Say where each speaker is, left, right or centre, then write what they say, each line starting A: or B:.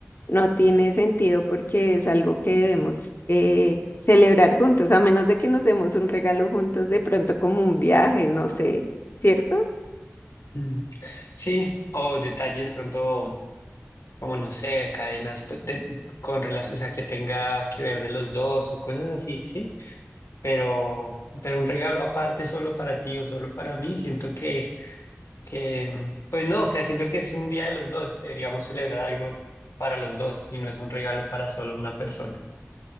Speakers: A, on the left; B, on the left.
A: no tiene sentido porque es algo que debemos eh, celebrar juntos, a menos de que nos demos un regalo juntos de pronto como un viaje, no sé, ¿cierto?
B: Mm, Sí, o detalles de pronto, como no sé, cadenas pues, de- con relación, o sea, que tenga que ver de los dos o cosas así, ¿sí? Pero, pero un regalo aparte solo para ti o solo para mí, siento que, que, pues no, o sea, siento que es un día de los dos, deberíamos celebrar algo para los dos y no es un regalo para solo una persona.